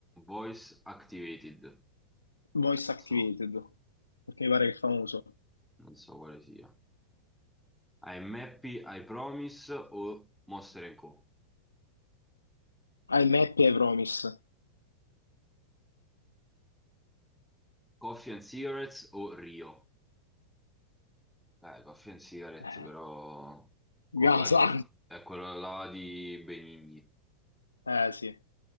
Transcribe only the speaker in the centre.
Voice Activated.
So,
mm,
non so quale sia. I'm Happy, I Promise o Monster and Co.
Coffee and Cigarettes o Rio? Eh, Coffee and Cigarettes,
però quello
là Non lo di, so. è quello là di Benigni.